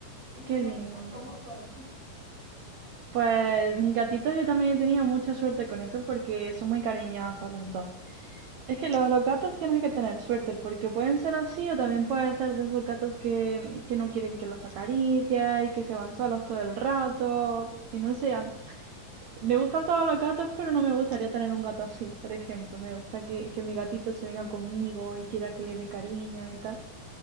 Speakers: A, on the right; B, on the right.
A: ¿Y tus
B: ¡Qué
A: gatitos
B: lindo!
A: cómo son? <laughs>
B: Pues mis gatitas yo también he tenido mucha suerte con eso porque son muy cariñosas las dos. Es que lo de los gatos tienes que tener suerte porque pueden ser así o también pueden ser de esos gatos que, que no quieren que los acaricies y que se van solos todo el rato. Y no sé, a- Me gustan todos los gatos, pero no me gustaría tener un gato así, por ejemplo. Me gusta que, que mi gatito se venga conmigo y quiera que le dé cariño y tal.